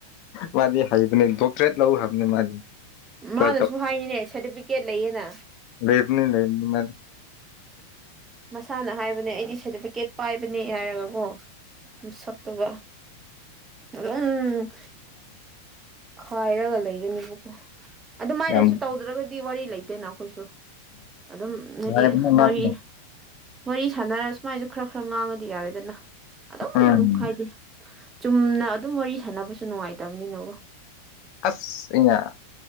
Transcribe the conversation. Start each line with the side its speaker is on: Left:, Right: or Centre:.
Left: ꯃꯥꯗꯤ ꯍꯩꯕꯅꯦ ꯗꯣꯛꯇꯔꯦꯠ ꯂꯧꯈ꯭ꯔꯕꯅꯦ ꯃꯥꯗꯤ ꯆ
Right: ꯃꯥꯅꯁꯨ ꯍꯥꯏꯅꯤꯅꯦ ꯁꯥꯔꯇꯤꯐꯤꯀꯦꯠ ꯂꯩꯌꯦꯅ
Left: ꯂꯦꯕꯅꯤ ꯂꯩꯅꯤ <unintelligible>
Right: ꯃꯁꯥꯅ ꯍꯥꯏꯕꯅꯦ ꯑꯩꯗꯤ ꯁꯥꯔꯇꯤꯐꯤꯀꯦꯠ ꯄꯥꯏꯕꯅꯦ ꯍꯥꯏꯔꯒꯀꯣ ꯁꯛꯕ ꯎꯝ ꯈꯥꯏꯔꯒ ꯂꯩꯒꯅꯦꯕꯀꯣ ꯑꯗꯨꯃꯥꯏꯅꯁꯨ
Left: ꯌꯥꯝ
Right: ꯇꯧꯗ꯭ꯔꯒꯗꯤ ꯋꯥꯔꯤ ꯂꯩꯇꯦꯅ ꯑꯩꯈꯣꯏꯁꯨ ꯑꯗꯨꯝ
Left: ꯍꯣꯏ
Right: ꯍꯥꯏꯗꯤ
Left: ꯅꯨꯡꯉꯥꯏꯕꯅꯦ
Right: ꯍꯣꯏ
Left: ꯃꯥꯁꯨ
Right: ꯋꯥꯔꯤ ꯁꯥꯟꯅꯔ ꯁꯨꯃꯥꯏꯁꯨ ꯈꯔ ꯈꯔ ꯉꯥꯡꯉꯗꯤ ꯌꯥꯔꯦꯗꯅ ꯑꯗꯨꯝ
Left: ꯎꯝ
Right: ꯍꯥꯏꯗꯤ ꯆꯨꯝꯅ ꯑꯗꯨꯝ ꯋꯥꯔꯤ ꯁꯥꯟꯅꯕꯁꯨ ꯅꯨꯡꯉꯥꯏꯇꯕꯅꯤꯅꯒ
Left: ꯑꯁ ꯑꯩꯅ